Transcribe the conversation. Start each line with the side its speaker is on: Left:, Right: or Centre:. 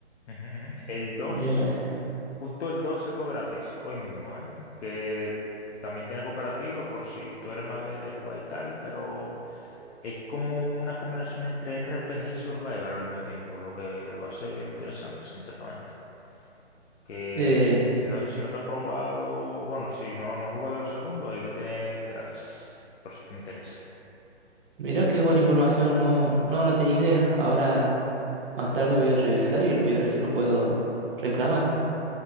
Left: Ujú, ujú. El 2
Right: Dead Island.
Left: Justo el 2 sacó gratis, hoy mismo, ¿eh? Que también tiene cooperativo por si tú eres más de, de jugar y tal, pero es como una combinación entre R P G y Survival al mismo tiempo, lo que lo hace bien interesante, sinceramente. Que
Right: Eh,
Left: si, si no, si no te has probado, bueno, si no, no has jugado el segundo, ahí lo tienes gratis, por si te interesa.
Right: mira qué buena información, no, no, no tenía idea. Ahora más tarde voy a revisar y voy a ver si lo puedo reclamar.